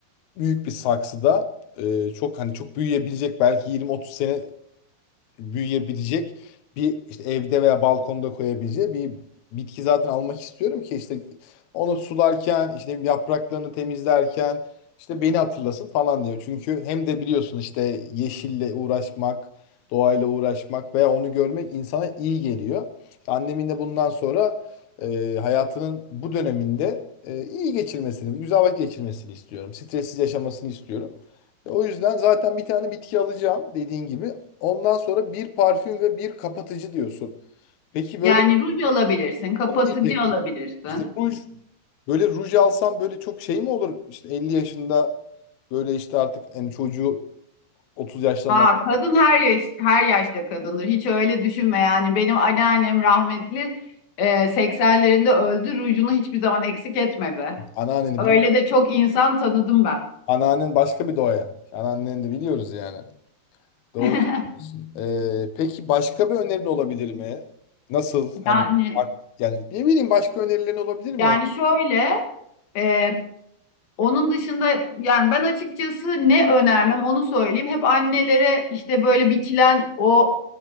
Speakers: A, on the left; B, on the left.
A: büyük bir saksıda e, çok hani çok büyüyebilecek belki 20-30 sene büyüyebilecek bir işte evde veya balkonda koyabileceği bir bitki zaten almak istiyorum ki işte onu sularken işte yapraklarını temizlerken işte beni hatırlasın falan diyor. Çünkü hem de biliyorsun işte yeşille uğraşmak, doğayla uğraşmak veya onu görmek insana iyi geliyor. İşte annemin de bundan sonra e, hayatının bu döneminde e, iyi geçirmesini, güzel vakit geçirmesini istiyorum. Stressiz yaşamasını istiyorum. E, O yüzden zaten bir tane bitki alacağım dediğin gibi Ondan sonra bir parfüm ve bir kapatıcı diyorsun. Peki
B: Yani
A: böyle
B: ruj alabilirsin, kapatıcı
A: o diyecek.
B: alabilirsin.
A: İşte ruj böyle ruj alsam böyle çok şey mi olur? İşte 50 yaşında böyle işte artık en çocuğu 30 yaşlarına
B: Aa, kadın her yaş, her yaşta kadındır. Hiç öyle düşünme yani. Benim anneannem rahmetli e, 80'lerinde öldü. Rujunu hiçbir zaman eksik etmedi.
A: anneanneni
B: Öyle
A: biliyor.
B: de çok insan tanıdım ben.
A: Anneannen başka bir doğayan. Anneanneni de biliyoruz yani. Doğru
B: <laughs>
A: söylüyorsun. Ee, peki başka bir önerin olabilir mi? Nasıl hani
B: Yani
A: ak- yani ne bileyim başka önerilerin olabilir mi?
B: yani şöyle e, Onun dışında yani ben açıkçası ne önermem onu söyleyeyim. Hep annelere işte böyle biçilen o